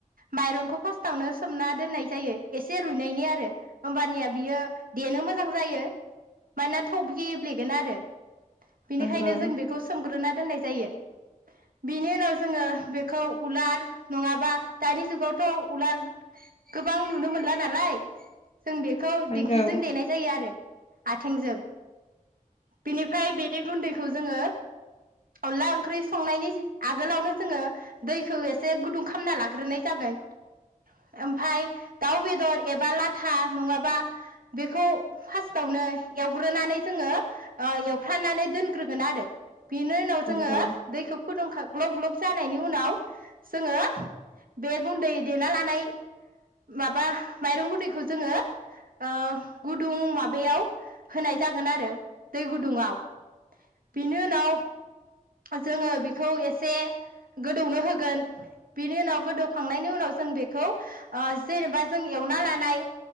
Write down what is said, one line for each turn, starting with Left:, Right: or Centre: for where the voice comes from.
Right: माइरंखौ फार्स्टावनो सोमना दोननाय जायो एसे रुइनायनि आरो होमबानिया बियो देनो मोजां जायो मानोना थब गेब्लेगोन आरो बेनिखायनो
Left: नंगौ
Right: जों बेखौ सोमग्रोना दोननाय जायो बेनि उनाव जोङो बेखौ उलार नङाबा दानि जुगावथ' उलार गोबां नुनो मोनला नालाय जों बेखौ
Left: नंगौ
Right: दिंखिजों देनाय जायो आरो आथिंजों बिनिफ्राय बेनि गुन्दै खौ जोङो अनला ओंख्रि संनायनि आगोलावनो जोङो दैखौ एसे गुदुं खालामना लाग्रोनाय जागोन ओमफाय दाउ बेदर एबा लाथा नङाबा बेखौ फारस्टावनो एवग्रोनानै जोङो एवफ्रामनानै दोनग्रो गोन आरो बेनि उनाव जोङो
Left: नंगौ
Right: दैखौ फुदुं ग्लब-ग्लब जानायनि उनाव जोङो बे गुन्दै देना लानाय माबा माइरं गुनदैखौ जोङो ओ गुदुं माबायाव होनाय जागोन आरो दै गुदुङाव बिनि उनाव जोङो बेखौ एसे गोदौनो होगोन बेनि उनाव गोदौखांनायनि उनाव जों बेखौ ओजेनेबा जों एवना लानाय